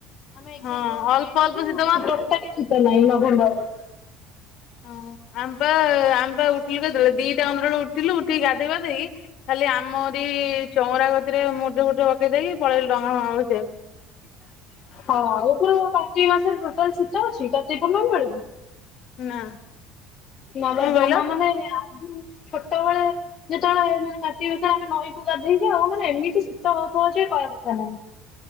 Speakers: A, on the left; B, on the left.
A: ଆମେ ଏଗଜାମ
B: ହଁ
A: ଦବାକୁ
B: ଅଳ୍ପ
A: ଯାଇଥିଲୁ
B: ଅଳ୍ପ ଶୀତ ବା
A: <inaudible> ତ ନେଇ ନଭେମ୍ବରରେ
B: ଓ ଆମ୍ପା ଆମ୍ପା ଉଠିଲୁ କେତେବେଳେ ଦିଇଟା କନ୍ଦର ବଳେ ଉ ଠିଲୁ ଉଠିକି ଗାଧେଇପାଧେଇକି ଖାଲି ଆମରରି ଚୋଉଁରା କତିରେ ମୂର୍ଜ ଫୁର୍ଜ ପକେଇ ଦେଇେଇକି ପଳେଇଲୁ ଡଙ୍ଗା ଫଙ୍ଗା ଭାସେଇବାକୁ।
A: ହଁ ଉପର କାର୍ତ୍ତିକ ମାସରେ ଟୋଟାଲ ଶୀତ ଅଛି କାର୍ତ୍ତିକପୂର୍ଣ୍ଣମି ବେଳକୁ
B: ନା।
A: ନବା
B: କଣ
A: ଜମା
B: କହିଲ?
A: ମାନେ ଆ ଛୋଟ ବେଳେ ଯେତେଳେ ମାନେ କାର୍ତ୍ତିକ ମାସାରେ ଆମେ ନଈ ପ ଗାଧେଇକି ଆଉ ମାନେ ଏମିତି ଶୀତ ହୋଉଥିବ ଯେ କହିବା କଥା ନାହିଁ।